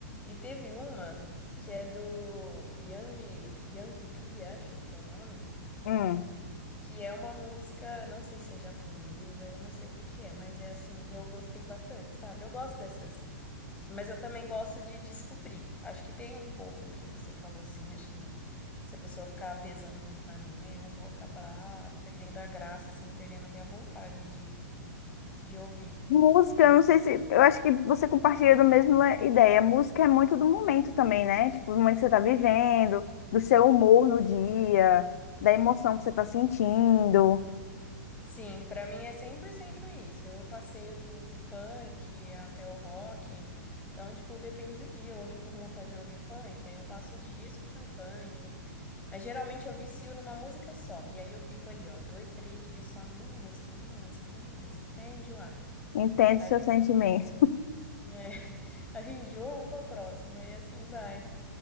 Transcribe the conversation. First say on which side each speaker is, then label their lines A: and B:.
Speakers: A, on the left; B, on the left.
A: e teve uma que é do Yang, Yang Bi, acho que é o nome,
B: hum.
A: que é uma música, não sei se é japonesa, eu não sei o que que é, mas é assim, eu gostei bastante, sabe? Eu gosto dessas, mas eu também gosto de descobrir. Acho que tem um pouco do que você falou, assim, acho que se a pessoa ficar pesando muito na minha, eu vou acabar perdendo a graça, assim, e perdendo até a vontade de, de ouvir.
B: Música, eu não sei se. Eu acho que você compartilha da mesma ideia. Música é muito do momento também, né? Tipo, do momento que você tá vivendo, do seu humor no dia, da emoção que você tá sentindo.
A: Sim, pra mim é 100% isso. Eu passeio do, do funk até o rock. Então, tipo, depende do dia. Hoje eu tô com vontade de ouvir funk, aí eu passo o dia escutando funk. Mas geralmente eu vicio numa música só. E aí eu fico ali, ó, dois, três dias só na mesma música, mesma música, mesma música, até enjoar.
B: Entende
A: Aí,
B: o seu sentimento.
A: tipo, é, <laughs> aí enjoo, eu vou pra próxima e assim vai.